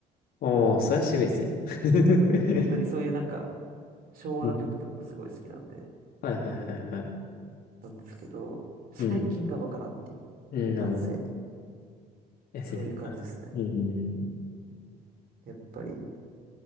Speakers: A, on the left (about 65°); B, on the right (about 60°).
A: おー、それは渋いですね。<laughs>
B: 本当にそういうなんか、昭和の曲とかもすごい好きなんで、
A: うんはいはいはいはい。
B: なんですけど、最近がわからんっていう、
A: うん。うん、なるほど。
B: なんせ。
A: ですね。
B: そういう感じですね。
A: うん。
B: やっぱり、